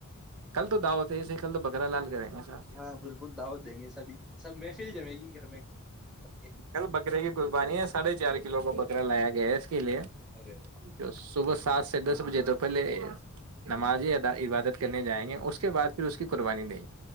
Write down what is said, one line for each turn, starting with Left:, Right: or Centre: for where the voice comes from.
Right: کل تو داوتے ایے کل تو ب کررا لال کریں گے صاحب
Centre: ہاں بالکل دعوت دیں گے سابھی سب محفل جائے گی گھر میں ان سب کے
Right: کل بکرے کی قربانی ہے ساڑھے چار کلو کا بکر کر لایا گیا کے لیے
Centre: ارے واہ
Right: جو صبح سات سے دس بجے تو پہلے نمازیںد عبادت کرنے جائیں گے اس کے بعد پھر اس کی قربانی دیں